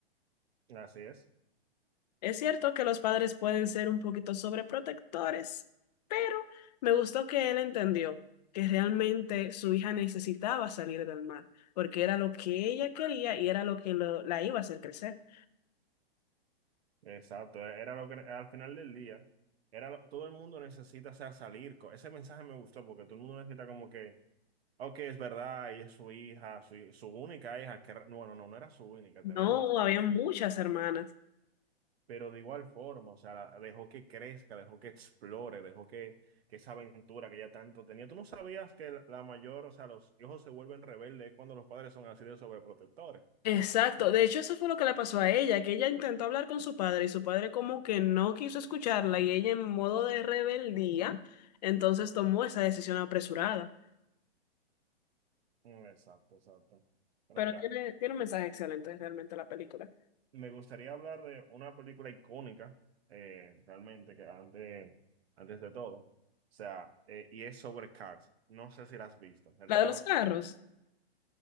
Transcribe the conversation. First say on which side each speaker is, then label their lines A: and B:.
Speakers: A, on the right; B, on the left.
A: Así es.
B: Es cierto que los padres pueden ser un poquito sobreprotectores, pero me gustó que él entendió que realmente su hija necesitaba salir del mar, porque era lo que ella quería y era lo que lo- la iba a hacer crecer.
A: Exacto. Era lo que al final del día, era lo- todo el mundo necesita, o sea, salir. co- Ese mensaje me gustó porque todo el mundo necesita como que, ok, es verdad, y es su hija, su, su única hija, que, re- bueno, no, no era su única,
B: No,
A: tenía más.
B: había muchas hermanas.
A: Pero de igual forma, o sea, la- dejó que crezca, dejó que explore, dejó que, que esa aventura que ella tanto tenía. Tú no sabías que la la mayor, o sea, los hijos se vuelven rebeldes cuando los padres son así de sobreprotectores.
B: Exacto, de hecho eso fue lo que le pasó a ella, que ella intentó hablar con su padre y su padre como que no quiso escucharla y ella en modo de rebeldía, entonces tomó esa decisión apresurada.
A: Mm, Exacto, exacto. Pero
B: Pero
A: mira,
B: tiene, tiene un mensaje excelente realmente la película.
A: me gustaría hablar de una película icónica, eh, realmente, que antes, antes de todo, o sea, eh, y es sobre Cars. No sé si la has visto, El
B: La
A: Rayo
B: de los
A: McQueen.
B: carros,